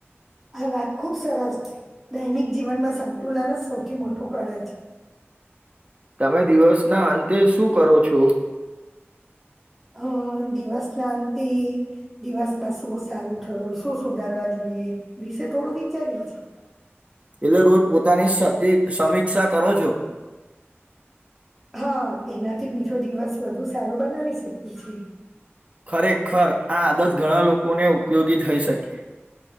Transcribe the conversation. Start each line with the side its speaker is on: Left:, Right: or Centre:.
Centre: આ વાત ખુબ સરસ છે દૈનિક જીવનમાં સંતુલન જ સૌથી મોટું કરે છે
Right: તમે દિવસ ના અંતે શું કરો છો
Centre: હમ દિવસ ના અંતે દિવસમાં શું સારું થયું શું સુધારવા જોઈએ એ વિશે થોડું વિચારીએ છીએ
Right: એટલે રોજ પોતાની સમીક્ષા કરો છો
Centre: હા એનાથી બીજો દિવસ વધુ સારો બનાવી શકીએ છેએ-
Right: ખરેખર આ આદત ઘણા લોકોને ઉપયોગી થઈ શકે